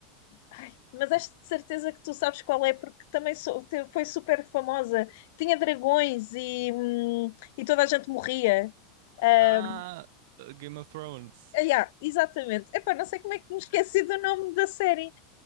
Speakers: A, on the left; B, on the right.
A: Ai, mas acho de certeza que tu sabes qual é, porque também sou- te- foi super famosa. Tinha dragões e, hum, e toda a gente morria. Ah,
B: Ah, Game of Thrones.
A: yeah, exatamente. Epá, não sei como é que me esqueci do nome da série.